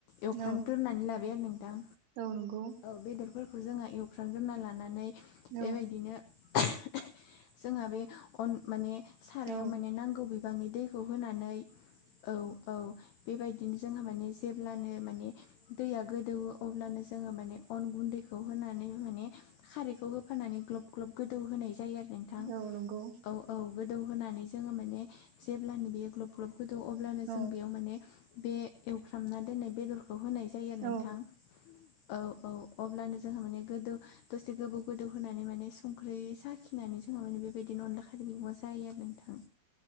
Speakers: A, on the left (about 80°); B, on the right (about 70°).
A: एवफ्रामग्रोनानै
B: औ
A: लाबाय आरो नोंथां
B: औ नंगौ
A: औ बेदरफोरखौ जोंहा एवफ्रामग्रोना लानानै
B: औ
A: बेबायदिनो <unintelligible> जोंहा बे अन माने सारायाव
B: औ
A: माने नांगौ बिबांनि दैखौ होनानै औ औ बेबायदिनो जोंहा माने जेब्लानो माने दैया गोदौवो अब्लानो जोङो माने अन गुन्दैखौ होनानै माने खारैखौ होफानानै ग्लब ग्लब गोदौ होनाय जायो आरो नोंथां
B: औ नंगौ
A: औ औ गोदौ होनानै जोङो माने जेब्लानो बेयो ग्लब ग्लब गोदौ अब्लानो
B: औ
A: जों बेयाव माने बे एवफ्रामना दोननाय बेदरखौ होनाय जायो आरो नोंथां
B: औ
A: औ औ अब्लानो जोंहा माने गोदौ दसे गोबौ गोदौ होनानै माने संख्रै साखिनानै जोंहा माने बे बेदिनो अनला खारै मैगंआ जायो आरो नोंथां